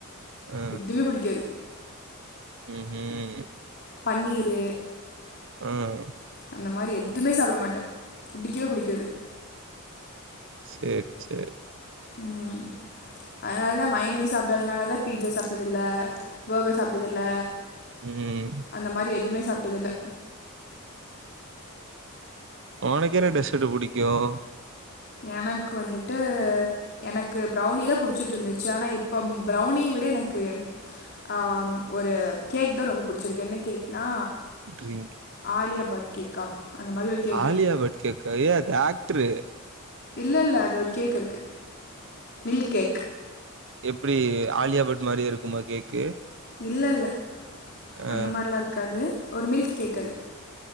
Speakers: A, on the right; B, on the left.
A: ஆ
B: எதுமே புடிக்காது
A: ம் ம்
B: பன்னீரூ
A: ம்
B: அந்த மாறி எதுவுமே சாப்பிட மாட்டேன் பிடிக்கவே பிடிக்காது
A: சேரி சேரி
B: ம் அதனால தான் மயொனிஸ் சாப்பிடாதுனால தான் பிட்சா சாப்பிட்டது இல்ல பர்கர் சாப்டது இல்ல
A: ம்
B: அந்த மாறி எதுவுமே சாப்டது இல்ல
A: உனக்கு என்ன டெசர்ட் புடிக்கும்
B: எனக்கு வந்துட்டு எனக்கு ப்ரௌனி தான் புடிச் புடிச்சிட்டு இருந்துச்சு ஆனா இப்ப பிரவுனி விட எனக்கு ஆ ஒரு கேக் தான் ரொம்ப புடிச்சிருக்கு என்ன கேக்னா
A: டிரிக்ங்
B: ஆலியா பட் கேக்கா அந்த மாதிரி ஒரு கேக்கு
A: ஆலியா பட் கேக்கா எ அது ஆக்டரு
B: இல்ல இல்ல அது ஒரு கேக் இருக்கு மில்க் கேக்
A: எப்டி ஆலியா பட் மாறியே இருக்குமா கேக்கு
B: இல்ல இல்ல
A: ஆ
B: அந்த மாறிலாம் இருக்காது ஒரு மில்க் கேக் அது